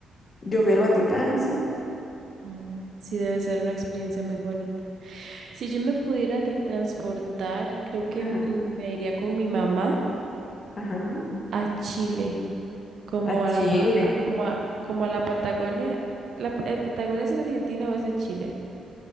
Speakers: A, on the left; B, on the right.
A: Yo fui al Vaticano, sí.
B: Mm, Sí, debe ser una experiencia muy bonita. Si yo me pudiera teletransportar, creo que
A: Ajá,
B: mm, me iría con mi mamá
A: ajá.
B: a Chile, como
A: A Chile,
B: a la, pa- a- como a, como a la Patagonia. La, pa- ¿el Patagonia es en Argentina o es en Chile?